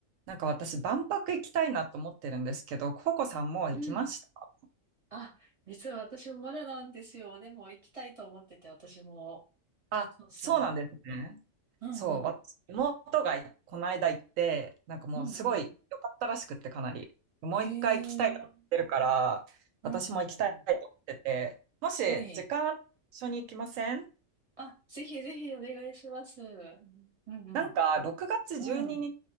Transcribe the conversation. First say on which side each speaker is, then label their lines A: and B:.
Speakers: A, on the right; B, on the right.
A: なんか私、万博行きたいなと思ってるんですけど、ココさんもう行きました
B: うん。あ、実は私もまだなんですよ。でも行きたいと思ってて、私も。
A: あ、
B: そうそ
A: そうなんですね。
B: う。うんうん。
A: そう、私、妹がこの間行って、なんかもうすごい良かったらしくって、
B: うんうん。
A: かなり。もう一回行きたいと思ってるから、
B: へえ。うんうんうん。
A: 私も行きたいと思ってて、もし時間ある一緒に行きません
B: はい。あ、ぜひぜひお願いします。うんうんうん。
A: なんか、6月12日
B: うん。